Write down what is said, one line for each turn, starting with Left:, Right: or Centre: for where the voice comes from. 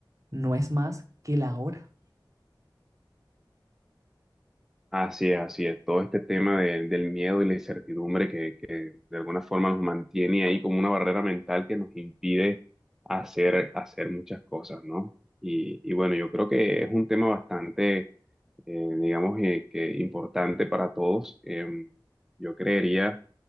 Right: no es más que la hora.
Centre: Así es, así es. Todo este tema de- del miedo y la incertidumbre que, que de alguna forma nos mantiene ahí como una barrera mental que nos impide hacer, hacer muchas cosas, ¿no? Y, y bueno, yo creo que es un tema bastante eh, digamos eh, que importante para todos. Em, yo creería